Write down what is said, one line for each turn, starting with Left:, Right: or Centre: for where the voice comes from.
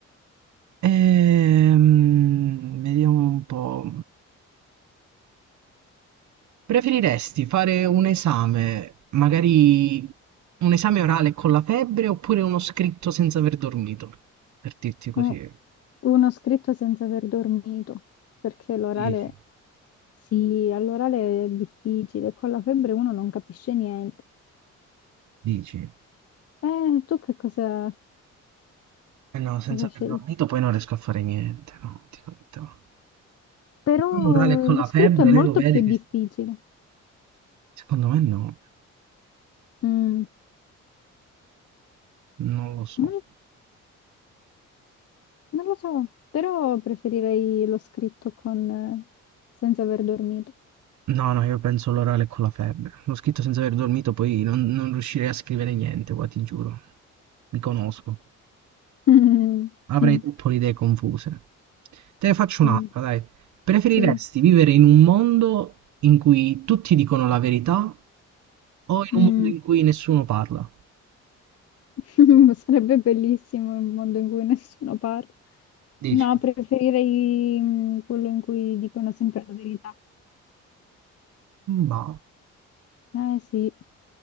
Right: Ehm, vediamo un po'. Preferiresti fare un esame, magari un esame orale con la febbre oppure uno scritto senza aver dormito? Per dirti così.
Left: U- Uno scritto senza aver dormito, perché l'orale,
Right: Dici,
Left: sì, all'orale è difficile, con la febbre uno non capisce niente.
Right: dici.
Left: Eh, tu che cosa,
Right: Eh no, senza
Left: cosa
Right: aver
Left: scegli?
Right: dormito poi non riesco a fare niente, no, dico la verità.
Left: Però
Right: Un orale con
Left: lo
Right: la
Left: scritto
Right: febbre,
Left: è molto
Right: lei lo vede
Left: più
Right: che...
Left: difficile.
Right: Secondo me no,
Left: Mm,
Right: non lo so.
Left: non, non lo so, però preferirei lo scritto con, eh, senza aver dormito.
Right: No, no, io penso l'orale con la febbre. Lo scritto senza aver dormito poi non, non riuscirei a scrivere niente, qua ti giuro. Mi conosco.
Left: <laughs>
Right: Avrei
Left: Mm,
Right: troppo le idee confuse. Te ne faccio
Left: mm,
Right: un'altra, dai. Preferiresti
Left: Sì.
Right: vivere in un mondo in cui tutti dicono la verità o in
Left: Mm.
Right: un mondo in cui nessuno parla?
Left: <laughs> Sarebbe bellissimo un mondo in cui nessuno parla.
Right: Dici?
Left: No, preferirei mm, quello in cui dicono sempre la verità.
Right: Ma
Left: Eh sì,